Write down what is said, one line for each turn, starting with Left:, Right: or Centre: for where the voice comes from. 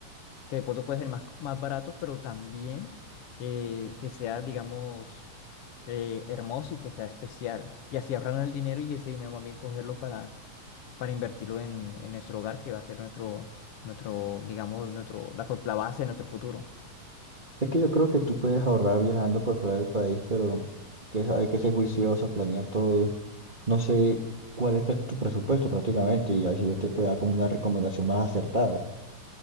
Left: que de pronto puede ser más, más barato, pero también eh, que sea, digamos, eh, hermoso y que sea especial. Y así ahorrar el dinero y ese dinero también cogerlo para, para invertirlo en, en nuestro hogar, que va a ser nuestro, nuestro, digamos, nuestro, la, co- la base de nuestro futuro.
Right: Es que yo creo que tú puedes ahorrar viajando por fuera del país, pero que es- hay que ser juicioso, planear todo. No sé cuál es pre- tu presupuesto prácticamente y así yo te puedo dar como una recomendación más acertada.